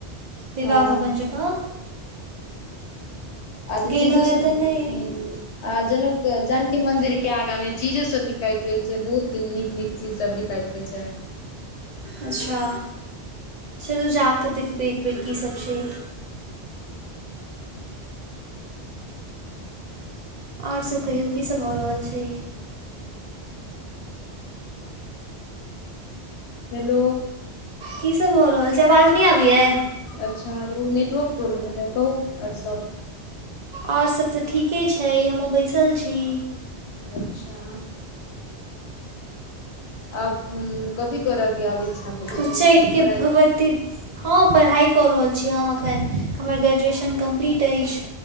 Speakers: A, on the right; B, on the left.
A: विवाह
B: हँ
A: भवन जकाँ।
B: आब
A: गेलहुँ
B: चीजो सब
A: हँ तऽ नहि
B: हूं। आ जनक जानकी मंदिर के आगां में चीजो सब बिकाइत रहय छै बहुत नीक नीक चीज सब बिकाइत रहय छै।
A: अच्छा चलू जाकऽ देखबै एक बेेर की सब छै। आओर सभ कहियौ की सभ भऽ रहल छै?
B: हेलो।
A: की सब भऽ रहल छै? आवाज नहि आबैए?
B: अच्छा आर ओ नेटवर्क प्रॉब्लम हेतै कहू आओर सब?
A: आओर सब त ठीके छै, हमहुँ बैसल छी।
B: अच्छा आ <unintelligible> कथी करयके आब इच्छा होइ छै?
A: उच्चैठके
B: पढ़ाइ।
A: <inaudible> हँ पढ़ाइ कऽ रहल छी हम एखन हमर ग्रेजुएशन कम्प्लीट अछि।